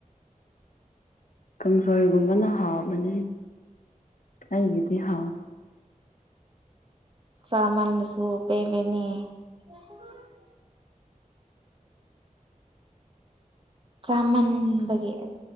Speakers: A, on the left; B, on the right.
A: ꯀꯥꯡꯁꯣꯏꯒꯨꯝꯕꯅ ꯍꯥꯎꯕꯅꯤ ꯑꯩꯒꯤꯗꯤ ꯍꯥꯎꯋꯤ
B: ꯆꯥꯃꯜꯂꯁꯨ ꯄꯦꯜꯂꯦꯅꯦ <inaudible> ꯆꯥꯃꯟꯕꯒꯤ ꯑꯁ